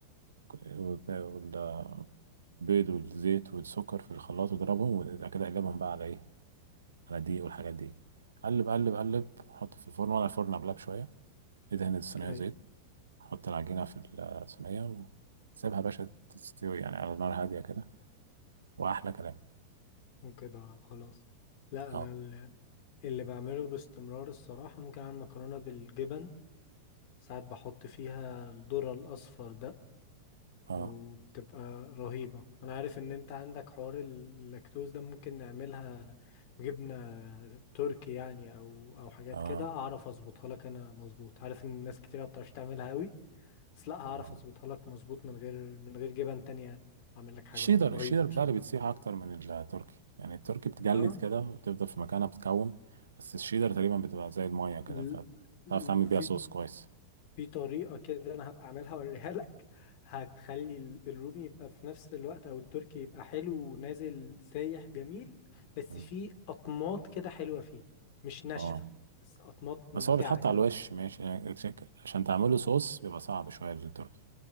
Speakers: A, on the right; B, on the left.
A: وال- بيض والزيت والسكر في الخلاط واضربهم وبعد كده اقلبهم بقى على ايه على الدقيق والحاجات دي قلب قلب قلب حط في الفرن ولا الفرن قبلها بشويه ادهن الصينيه
B: ايوه
A: زيت حط العجينه في الصينيه وسيبها يا باشا تستوي يعني على نار هاديه كده واحلى كلام
B: وكده خلاص لا
A: اه
B: انا ال- اللي بعمله باستمرار الصراحه ممكن اعمل مكرونه بالجبن ساعات بحط فيها الذره الاصفر ده
A: اه
B: وبتبقى رهيبه انا عارف ان انت عندك حوار اللاكتوز ده ممكن نعملها بجبنه تركي يعني او او حاجات
A: اه
B: كده اعرف اظبطها لك انا مظبوط عارف ان الناس كتير ما بتعرفش تعملها قوي بس لا هعرف
A: اه
B: اظبطها لك مظبوط من غير من غير جبن تانية يعني اعمل لك حاجه
A: الشيدر
B: رهيبه
A: الشيدر
B: ان
A: بتاعي
B: شاء الله
A: بتسيح اكتر من التركي يعني التركي بتجلد
B: اه
A: كده وبتفضل في مكانها بتكوم بس الشيدر تقريبا بتبقى زي المايه كده
B: ال-
A: فتعرف
B: ال-
A: تعمل بيها
B: في
A: صوص كويس
B: في طريقة كده انا هبقى اعملها اوريها لك هتخلي ال- الرومي يبقى في نفس الوقت او التركي يبقى حلو ونازل سايح جميل بس
A: مم.
B: في اطماط كده حلوة فيه مش ناشفة
A: اه
B: بس اطماط ممتعة
A: بس هو بيتحط
B: كده
A: على الوش ماشي يعني شك- عشان تعمله صوص بيبقى صعب شوية للتركي